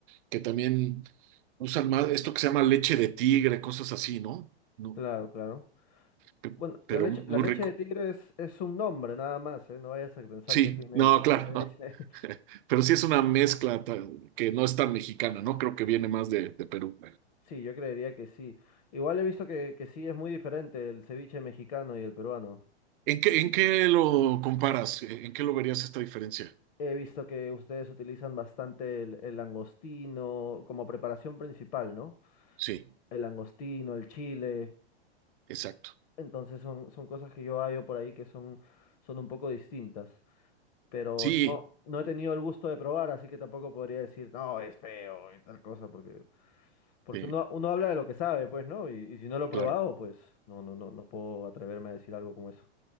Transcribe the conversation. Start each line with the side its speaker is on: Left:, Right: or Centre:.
Right: que también usan más esto que se llama leche de tigre, cosas así, ¿no? No,
Left: Claro, claro.
Right: pe-
Left: Bueno,
Right: pero
Left: la leche,
Right: muy
Left: la leche
Right: rico.
Left: de tigre es, es un nombre nada más, ¿eh? No vayas a pensar
Right: Sí,
Left: que tiene,
Right: no,
Left: que
Right: claro,
Left: tiene
Right: no.
Left: leche. <laughs>
Right: <laughs> Pero sí es una mezcla ta- que no es tan mexicana, ¿no? Creo que viene más de, de Perú.
Left: Sí, yo creería que sí. Igual he visto que, que sí es muy diferente el ceviche mexicano y el peruano.
Right: ¿En qué, en qué lo comparas? ¿En qué lo verías esta diferencia?
Left: He visto que ustedes utilizan bastante el, el langostino como preparación principal, ¿no?
Right: Sí,
Left: El langostino, el chile.
Right: exacto.
Left: es- Entonces son, son cosas que yo hallo por ahí que son, son un poco distintas. pero
Right: Sí,
Left: no, no he tenido el gusto de probar, así que tampoco podría decir, no, es feo y tal cosa, porque, porque
Right: sí,
Left: uno, uno habla de lo que sabe, pues, ¿no? Y, y si no lo he probado,
Right: claro.
Left: pues no, no, no, no puedo atreverme a decir algo como eso.